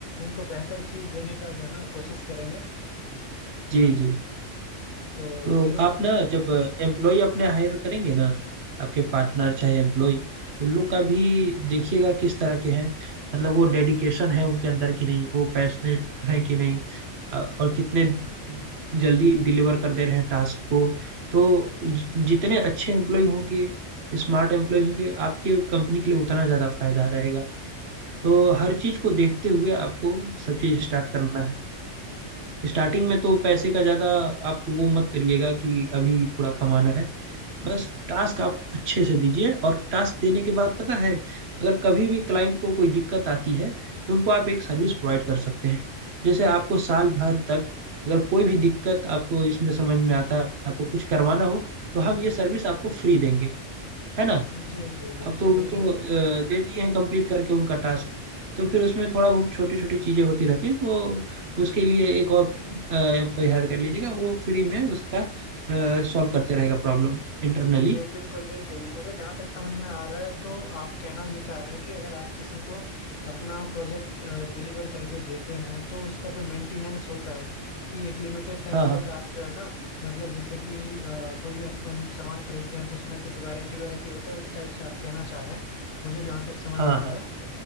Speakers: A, on the left (about 75°); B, on the right (about 60°).
A: उनको बेहतर चीज देने का जो है ना कोशिश करेंगे
B: जी
A: है ना
B: जी
A: तो
B: तो
A: ये
B: आप
A: सब
B: ना
A: चीजें
B: जब
A: हैं
B: एम्प्लॉय अपने हायर करेंगे ना आपके पार्टनर
A: जी
B: चाहे एम्प्लॉय उन लोग का भी देखिएगा किस तरह के हैं मतलब वो डेडिकेशन है उनके अंदर कि नहीं वो पैशनेट है कि नहीं अ, और कितने जल्दी डिलीवर कर दे रहे हैं टास्क को तो जि- जितने अच्छे एम्प्लॉय होंगे स्मार्ट एम्प्लॉय होंगे आपके कंपनी के लिए उतना ज़्यादा फायदा रहेगा तो हर चीज़ को देखते हुए आपको सब चीज़ स्टार्ट करना है स्टार्टिंग में तो पैसे का ज़्यादा आप वो मत करिएगा कि अभी थोड़ा कमाना है बस टास्क आप अच्छे से दीजिए और टास्क देने के बाद पता है अगर कभी भी क्लाइंट को कोई दिक्कत आती है तो उनको आप एक सर्विस प्रोवाइड कर सकते हैं जैसे आपको साल भर तक अगर कोई भी दिक्कत आपको इसमें समझ में आता है आपको कुछ करवाना हो तो हम ये सर्विस आपको फ्री देंगे है ना
A: जी जी बिल्कुल
B: अब तो उनको
A: बिल्कुल
B: अ, दे दिए हैं कंप्लीट करके उनका टास्क तो फिर उसमें थोड़ा बहुत छोटी छोटी चीजें होती रहती हैं तो उसके लिए एक और एम्प्लॉय हायर कर लीजिएगा वो फ्री में उसका सॉल्व करते रहेगा प्रॉब्लम इंटरनली
A: जी बिल्कुल बिल्कुल मुझे जहाँ तक समझ में आ रहा है तो आप कहना ये चाह रहे हैं कि अगर आप किसी को अपना प्रोजेक्ट डिलीवर करके देते हैं तो उसका जो मेंटेनेंस होता है कि एक लिमिटेड टाइम
B: हाँ हाँ
A: तक आप जो है ना मतलब जैसे कि अ, कोई अपन सामान खरीदते हैं तो उसमें कुछ वारंटी वारंटी होता है उस टाइप से आप कहना चाह रहे हैं मुझे जहाँ तक समझ
B: हाँ
A: में आ
B: हाँ
A: रहा है